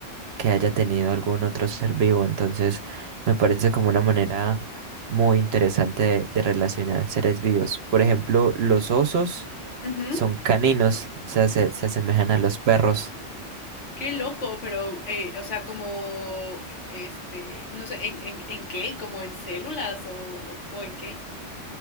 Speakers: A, on the right; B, on the left.
A: que haya tenido algún otro ser vivo. Entonces, me parece como una manera muy interesante de, de relacionar seres vivos. Por ejemplo, los osos
B: Ujú.
A: son caninos, o sea, se, se asemejan a los perros.
B: Qué loco, pero, eh, o sea, como, este, no sé, ¿en, en, en qué? ¿Como en células o, o en qué?